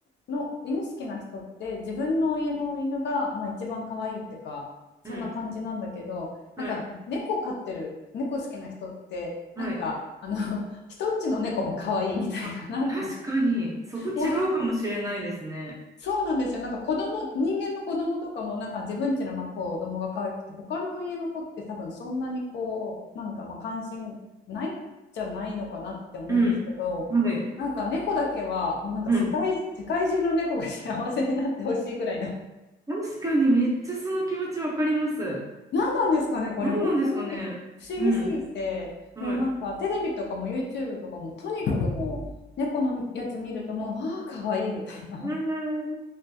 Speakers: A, on the left (about 60°); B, on the right (about 15°).
A: の犬好きな人って自分の家の犬が、まあ、一番可愛いっていうかそんな感じなんだけどなんか猫飼ってる猫好きな人ってなんかあの
B: うん。はい。はい。
A: <laughs> 人んちの猫も可愛いみたいななんか
B: あ、確かに、そこ違うかもしれないですね。
A: もうそうなんですよ。なんか子供、人間の子供とかもなんか自分家のまあ子供が可愛くて、他の家の子って多分そんなにこう、なんかまあ関心ないじゃないのかなって思うんですけど、
B: うん。はい。
A: なんか猫だけはもうなんか世界、
B: うん。
A: 世界中の猫が幸せになってほしいぐらいな。
B: 確かに、めっちゃその気持ちわかります。
A: 何なんですかね、これ本当に不思議すぎて、
B: 何なんですかね。うん。はい。
A: もうなんかテレビとかも YouTube とかもとにかくもう猫のやつ見るともう、ああ、可愛いみたいな。
B: うーん。